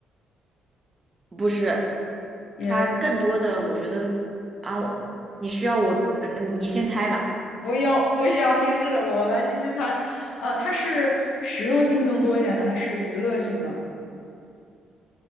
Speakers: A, on the right; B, on the left.
A: 不是，
B: 也。
A: 它更多的我觉得啊，你需要我，嗯，嗯你先猜吧。
B: 不用，不需要提示，我来继续猜。呃，它是实用性更多一点的，还是娱乐性呢？